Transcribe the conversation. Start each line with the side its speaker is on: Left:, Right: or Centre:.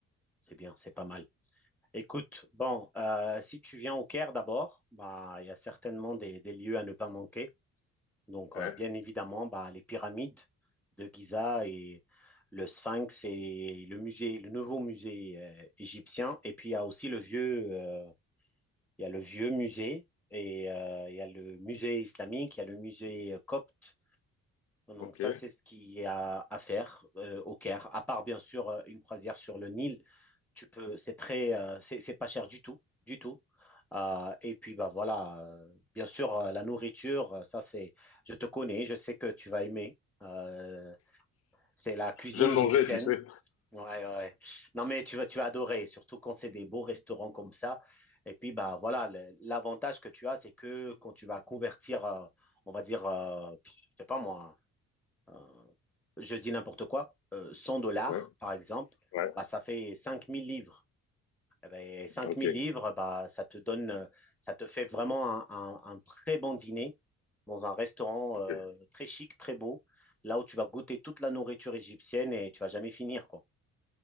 Centre: C'est bien, c'est pas mal. Écoute, bon, euh, si tu viens au Caire d'abord, bah il y a certainement des, des lieux à ne pas manquer. Donc
Left: Ouais,
Centre: euh, bien évidemment, bah les pyramides de Giza et le Sphinx et le musée, le nouveau musée euh, égyptien. Et puis il y a aussi le vieux. euh, Il y a le vieux musée et euh, il y a le musée islamique, il y a le musée euh, copte. Donc
Left: ok.
Centre: ça, c'est ce qu'il y a à faire euh, au Caire. À part bien sûr euh, une croisière sur le Nil, tu peux, c'est très, euh, c'est c'est pas cher du tout, du tout. Euh, et puis bah voilà, euh, bien sûr euh, la nourriture, euh, ça c'est, je te connais, je sais que tu vas aimer. Euh, c'est la cuisine
Left: J'aime
Centre: égyptienne.
Left: manger, tu sais.
Centre: Ouais, ouais. ouais. Non, mais tu vas, tu vas adorer, surtout quand c'est des beaux restaurants comme ça. Et puis, bah, voilà, le- l'avantage que tu as, c'est que quand tu vas convertir, euh, on va dire, euh, pff, je sais pas moi, euh, je dis n'importe quoi, euh, 100 dollars,
Left: Ouais,
Centre: par exemple,
Left: ouais,
Centre: bah, ça fait 5000 livres. Eh ben, 5000
Left: ok,
Centre: livres, bah, ça te donne, euh, ça te fait vraiment un, un- un très bon dîner dans un restaurant
Left: ok.
Centre: euh, très chic, très beau, là où tu vas goûter toute la nourriture égyptienne et tu vas jamais finir, quoi.